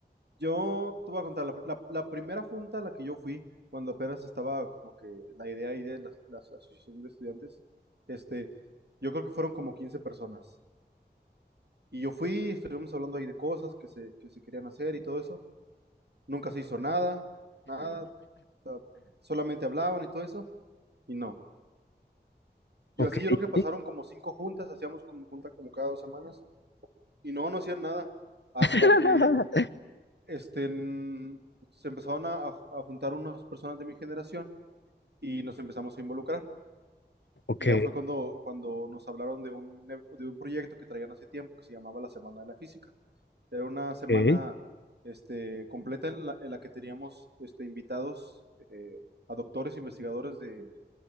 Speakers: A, on the right; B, on the left.
A: yo te voy a contar, la, la- la primera junta a la que yo fui, cuando apenas estaba como que la idea ahí de la, la asociación de estudiantes, este, yo creo que fueron como 15 personas. Y yo fui, estuvimos hablando ahí de cosas que se, que se querían hacer y todo eso. Nunca se hizo nada, nada. o sea, solamente hablaban y todo eso. Y no. Yo
B: Ok,
A: así yo creo que pasaron
B: sí,
A: como cinco juntas, hacíamos como junta como cada dos semanas. Y no, no hacían nada. Hasta
B: <laughs>
A: que este, en- se empezaron a, a ju- a juntar unas personas de mi generación y nos empezamos a involucrar.
B: ok,
A: Y ya fue cuando, cuando nos hablaron de un, e- de un proyecto que traían hace tiempo que se llamaba la Semana de la Física. Era una semana
B: ok.
A: este, completa en la, en la que teníamos este, invitados eh, a doctores, investigadores de,